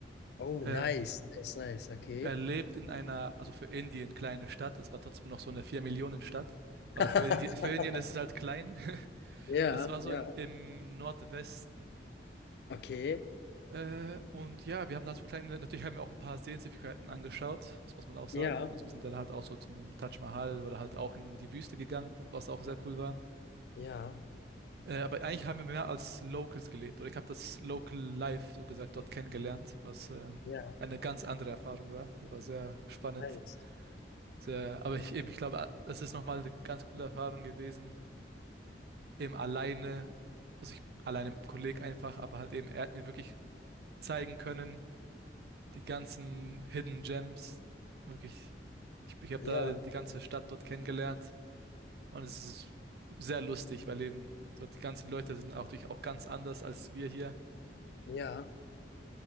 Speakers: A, on the left; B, on the right.
A: Oh,
B: Ähm,
A: nice, nice, nice, okay.
B: er lebt in einer, also für Indien kleine Stadt, es war trotzdem noch so eine vier millionen stadt aber
A: <laughs>
B: für Indien, für Indien ist es halt klein. <laughs>
A: Ja,
B: Es war so
A: ja,
B: im, im Nordwesten.
A: okay.
B: Äh, und ja, wir haben da so kleine, natürlich haben wir auch ein paar Sehenswürdigkeiten angeschaut, das muss man auch sagen.
A: Ja,
B: Also wir sind dann halt auch so zum Taj Mahal oder halt auch in die Wüste gegangen, was auch sehr cool war.
A: ja,
B: Äh, aber eigentlich haben wir mehr als Locals gelebt oder ich habe das Local Life, so gesagt, dort kennengelernt, was äh,
A: ja,
B: eine ganz andere Erfahrung war. Das war sehr spannend.
A: nice.
B: Sehr, aber ich eben, ich glaube, ah, das ist nochmal eine ganz coole Erfahrung gewesen, eben alleine, also ich alleine mit einem Kollegen einfach, aber halt eben, er hat mir wirklich zeigen können, die ganzen Hidden Gems. Wirklich, ich, ich habe
A: Ja,
B: da die ganze Stadt dort kennengelernt und es ist sehr lustig, weil eben dort die ganzen Leute sind auch durch auch ganz anders als wir hier.
A: ja,